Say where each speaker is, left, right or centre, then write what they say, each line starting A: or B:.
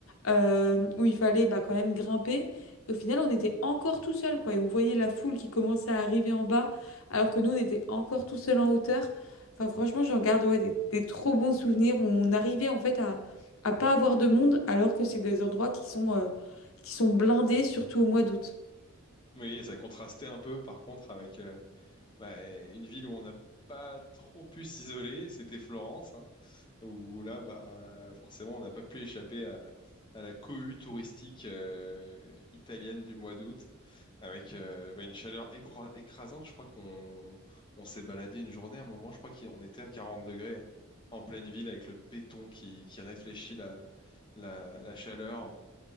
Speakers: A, on the left; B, on the left.
A: euh, où il fallait bah, quand même grimper. Et au final, on était encore tout seul, quoi. Et on voyait la foule qui commençait à arriver en bas, alors que nous, on était encore tout seul en hauteur. Enfin, franchement, j'en garde ouais, des, des trop bons souvenirs. On arrivait en fait à, à pas avoir de monde, alors que c'est des endroits qui sont, euh, qui sont blindés, surtout au mois d'août.
B: Oui, et ça contrastait un peu, par contre, avec euh, bah, une ville où on n'a pas trop pu s'isoler, c'était Florence, hein, où là, bah, forcément, on n'a pas pu échapper à, à la cohue touristique euh, italienne du mois d'août, avec euh, bah, une chaleur écro- écrasante. Je crois qu'on on s'est baladé une journée à un moment, je crois qu'on était à 40 degrés, hein, en pleine ville, avec le béton qui, qui réfléchit la, la, la chaleur.